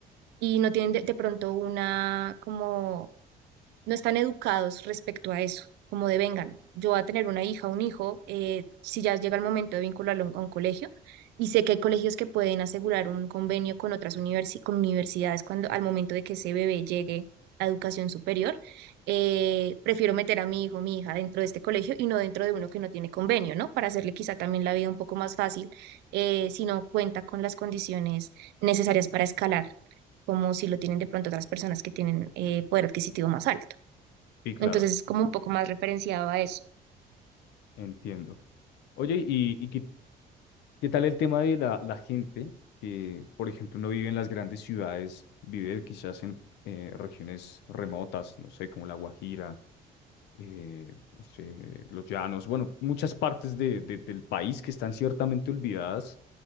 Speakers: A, on the right (about 80°); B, on the left (about 85°).
A: y no tienen de, de pronto una como no están educados respecto a eso, como de vengan, yo voy a tener una hija, un hijo, eh, si ya llega el momento de vincularlo a un, a un colegio, y sé que hay colegios que pueden asegurar un convenio con otras universi- con universidades cuando al momento de que ese bebé llegue a educación superior, eh, prefiero meter a mi hijo, mi hija dentro de este colegio y no dentro de uno que no tiene convenio, ¿no? Para hacerle quizá también la vida un poco más fácil, eh, si no cuenta con las condiciones necesarias para escalar, como si lo tienen de pronto otras personas que tienen eh, poder adquisitivo más alto.
B: Sí, claro,
A: Entonces es como un poco más referenciado a eso.
B: entiendo. Oye, y, y, qué- ¿Qué tal el tema de la, la gente que, por ejemplo, no vive en las grandes ciudades, vive quizás en eh, regiones remotas, no sé, como La Guajira, eh, no sé, Los Llanos, bueno, muchas partes de- de- del país que están ciertamente olvidadas?